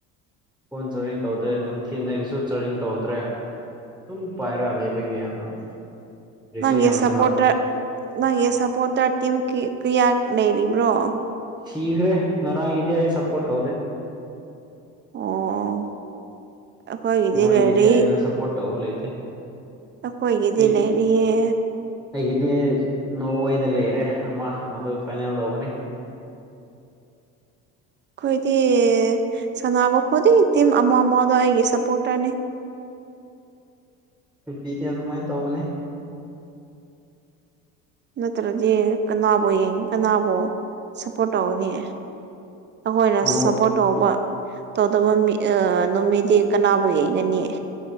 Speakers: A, in the centre; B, on the right (about 30°).
A: ꯐꯣꯟ ꯆꯥꯔꯤꯡ ꯇꯧꯗ꯭ꯔꯦ ꯅꯨꯡꯊꯤꯟꯗꯒꯤꯁꯨ ꯆꯥꯔꯤꯡ ꯇꯧꯗ꯭ꯔꯦ ꯑꯗꯨꯝ ꯄꯥꯏꯔ ꯔꯩꯕꯒꯤ ꯑꯗꯨꯝ ꯍꯧꯖꯤꯛꯁꯨ
B: ꯅꯪꯒꯤ
A: ꯌꯥꯝꯁꯤꯜꯂꯛ
B: ꯁꯄꯣꯔꯇꯔ ꯅꯪꯒꯤ ꯁꯄꯣꯔꯇꯔ ꯇꯤꯝ ꯀꯤ ꯀꯌꯥ ꯂꯩꯔꯤꯕ꯭ꯔꯣ
A: ꯁꯤꯒ꯭ꯔꯦ ꯉꯔꯥꯡ ꯏꯗꯤ ꯑꯩ ꯁꯄꯣꯔꯠ ꯇꯧꯗꯦ
B: ꯑꯣ ꯑꯩꯈꯣꯏꯒꯤꯗꯤ
A: ꯃꯣꯏꯒꯤꯗꯤ
B: ꯂꯩꯔꯤ
A: ꯑꯩꯅ ꯁꯞꯄꯣꯔꯠ ꯇꯧꯕ ꯂꯩꯇꯦ
B: ꯑꯩꯈꯣꯏꯒꯤꯗꯤ
A: ꯑꯩ
B: ꯂꯩꯔꯤꯌꯦ
A: ꯑꯩꯒꯤꯗꯤ ꯅꯣꯏꯗ ꯂꯩꯔꯦ ꯑꯃ ꯑꯗꯨ ꯐꯥꯏꯅꯦꯜ ꯂꯧꯒꯅꯤ
B: ꯑꯩꯈꯣꯏꯗꯤ ꯁꯥꯟꯅꯕ ꯈꯨꯗꯤꯡ ꯇꯤꯝ ꯑꯃ ꯑꯃꯗꯣ ꯑꯩꯒꯤ ꯁꯞꯄꯣꯔꯇꯔꯅꯤ
A: ꯄꯤꯗꯤ ꯑꯗꯨꯃꯥꯏꯅ ꯇꯧꯕꯅꯦ
B: ꯅꯠꯇ꯭ꯔꯗꯤ ꯀꯅꯥꯕꯨ ꯌꯦꯡ ꯀꯅꯥꯕꯨ ꯁꯞꯄꯣꯔꯠ ꯇꯧꯒꯥꯅꯤ ꯑꯩꯈꯣꯏꯅ
A: ꯅꯣ
B: ꯁꯞꯄꯣꯔꯠ ꯇꯧꯕ ꯇꯧꯗꯕ ꯑꯥ ꯅꯨꯃꯤꯠꯇꯤ ꯀꯅꯥꯕꯨ ꯌꯦꯡꯒꯅꯤ